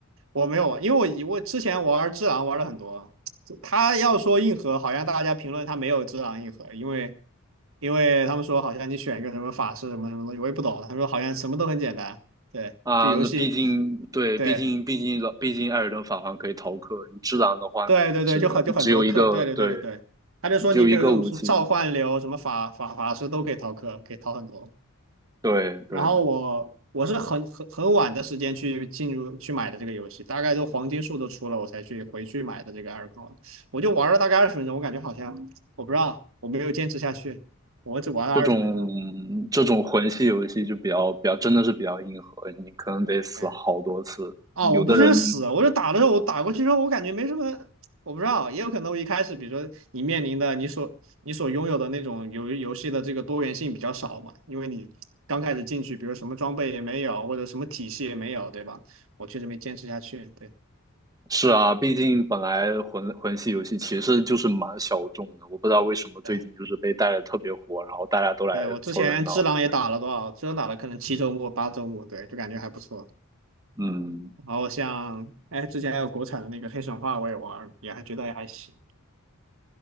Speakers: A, on the right (about 65°); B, on the right (about 15°).
A: 我没有玩，因为我以我之前玩只狼玩了很多，他要说硬核，好像大家评论他没有只狼硬核，因为。因为他们说好像你选一个什么法师什么什么东西，我也不懂。他们说好像什么都很简单，对，
B: 啊，
A: 这游戏，
B: 那毕竟对，
A: 对
B: 毕竟毕竟老毕竟艾尔登法环可以逃课，你只狼的话，
A: 对对对，
B: 你只能你只有一个，
A: 就很就很多课，对对对对对。
B: 对，
A: 他就说你可以有这种什么召唤流、
B: 你只有一个武器，
A: 什么法法法师都可以逃课，可以逃很多。
B: 对对，
A: 然后我我是很很很晚的时间去进入去买的这个游戏，大概都黄金树都出了，我才去回去买的这个二尔我就玩了大概二十分钟，我感觉好像我不知道我没有坚持下去，我只玩了二十分钟，
B: 这种这种魂系游戏就比较比较真的是比较硬核，你可能得死好多次。
A: 哎。啊，我不是死，
B: 有的人
A: 我是打的时候，我打过去之后，我感觉没什么，我不知道，也有可能我一开始，比如说你面临的你所你所拥有的那种游游戏的这个多元性比较少嘛，因为你刚开始进去，比如什么装备也没有，或者什么体系也没有，对吧？我确实没坚持下去，对，
B: 是啊，毕竟本来魂魂系游戏其实就是蛮小众的，我不知道为什么最近就是被带的特别火，
A: 对，
B: 然后大家都来凑热闹。
A: 对，我之前只狼也打了多少？
B: 对，
A: 只狼打了可能七周末、八周末，对，就感觉还不错。
B: 嗯，
A: 然后像哎，之前还有国产的那个黑神话我也玩儿也还觉得也还行。